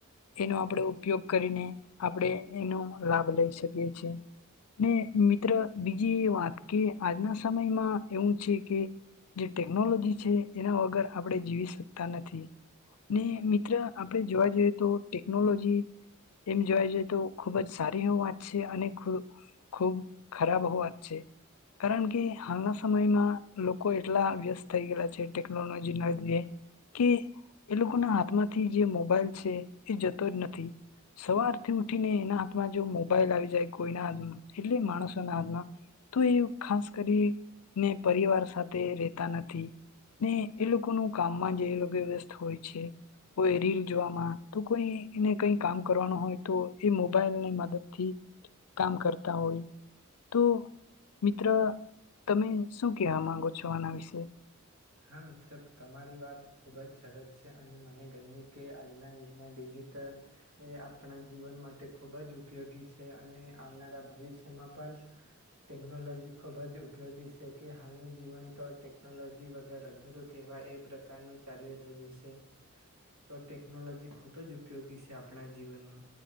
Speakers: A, on the left; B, on the right.
A: એનો આપણે ઉપયોગ કરીને આપણે એનો લાભ લઈ શકીએ છે ને મિત્ર. બીજી વાત કે આજના સમયમાં એવું છે કે જે ટેકનોલોજી છે એના વગર આપણે જીવી શકતા નથી ને મિત્ર આપણે જોવા જઈએ તો ટેકનોલોજી એમ જોવા જઈએ તો ખૂબ જ સારી એ વાત છે અને ખ ખૂબ. ખરાબ હોવાત છે કારણ કે હાલના સમયમાં લોકો એટલા વ્યસ્ત થઈ ગયયા છે ટેકનોલોજી ના લીધે કે એ લોકોના હાથમાંથી જે મોબાઈલ છે એ જતો જ નથી સવારથી ઉઠીને એના હાથમાં જો મોબાઈલ આવી જાય કોઈના હાથમાં એટલે માણસ. હ તો એ ખાસ કરી ને પરિવાર સાથે રહેેતા નથી ને એ લોકોનું કામમાં જે એ લોકો વ્યસ્ત હોય છે કોઈ રીલ જોવામાં તો કોઈ એને કઈ કામ કરવાનું હોય તો એ મોબાઈલની મદદ થી કામ કરતા હોય. તો મિત્ર તમે શું કેવા માંગો છો આના વિશે.
B: હા મિત્ર તમારી વાત ખૂબ જ સરત છે અને મને ગમે કે આજના યુગમાં ડિજિટલ એ આપણા જીવન માટે ખુબ જ ઉપયોગી છે અને આવનારા ભવિષ્યમાં પણ ટેકનોલોજી ખૂબ જ ઉપયોગી છે કે હાલનું જીવન તો ટેકનોલોજી... વગ અધરું કહેવા એ પ્રકારનું ચાલી રહ્યું છે તો ટેકનોલોજી ખુબ જ ઉપયોગી છે આપણા જીવનમાં.